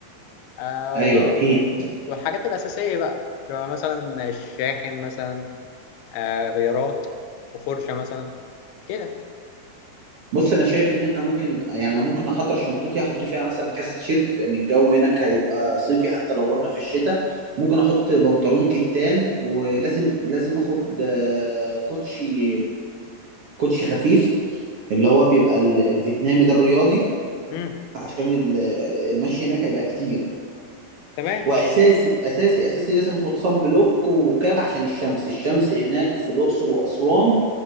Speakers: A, on the left; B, on the right.
A: آه،
B: ايوه
A: و-
B: اكيد
A: والحاجات الاساسيه بقى شبه مثلا الشاحن مثلا آه، غيارات وفرشه مثلا كده
B: بص انا شايف ان احنا ممكن يعني انا ممكن احضر شنطتي احط فيها مثلا كاسه تيشيرت لان الجو هناك هيبقى صيفي حتى لو رحنا في الشتاء ممكن احط بنطلون كتان ولازم لازم اخد آه، كوتشي كوتشي خفيف اللي هو بيبقى ال- الفيتنامي ده الرياضي
A: امم
B: عشان ال- المشي هناك هيبقى كتير
A: تمام
B: واساسي اساسي اساسي لازم اخد صن بلوك وكاب عشان الشمس الشمس هناك في الاقصر واسوان